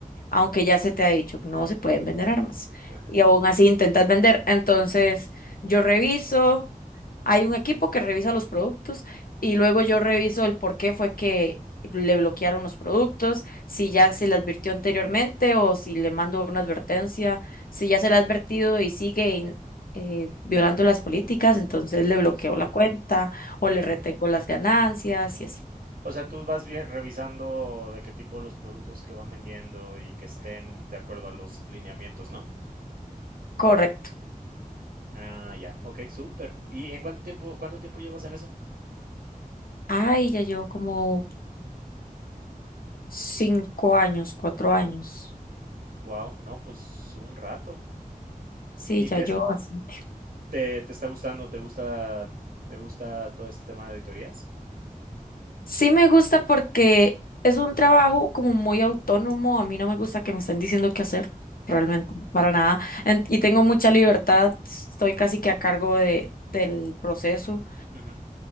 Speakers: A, on the left; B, on the right.
A: aunque ya se te ha dicho que no se pueden vender armas.
B: <laughs>
A: Y aún así intentas vender. Entonces, yo reviso, hay un equipo que revisa los productos y luego yo reviso el por qué fue que le bloquearon los productos, si ya se le advirtió anteriormente o si le mando una advertencia, si ya se le ha advertido y sigue in- eh, violando las políticas, entonces le bloqueo
B: Sí,
A: la cuenta o
B: ya.
A: le retengo las ganancias y así.
B: O sea, tú vas bien revisando de qué tipo los productos que van vendiendo y que estén de acuerdo a los lineamientos, ¿no?
A: Correcto.
B: Ah, ya. Ok, súper. ¿Y en cuánto tiempo, cuánto tiempo llevas en eso?
A: Ay, ya llevo como Cinco años, cuatro años.
B: Wow, no, pues un rato.
A: Sí,
B: ¿Y
A: ya
B: te,
A: yo así.
B: te, te está gustando? ¿Te gusta, te gusta todo este tema de auditorías?
A: Sí me gusta porque es un trabajo como muy autónomo. A mí no me gusta que me estén diciendo qué hacer, realmente,
B: Ya,
A: para nada. En- y tengo mucha libertad. Estoy casi que a cargo de, del proceso.
B: ujú,